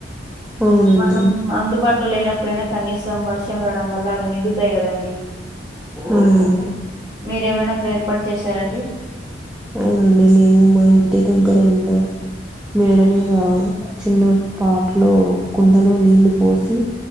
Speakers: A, in the centre; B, on the right (about 20°).
A: అవునండి
B: మనం అందుబాటులో లేనప్పుడైనా కనీసం వర్షం రావడం వల్ల అవి నిండుతాయి కదండి
A: అవునండి
B: మీరేమైనా అట్లా ఏర్పాటు చేశారండి
A: అవునండి మేము మా ఇంటి దగ్గర ఉన్న మేడమీద చిన్న
B: ఉమ్,
A: పాట్ లో కుండలో నీళ్లు పోసి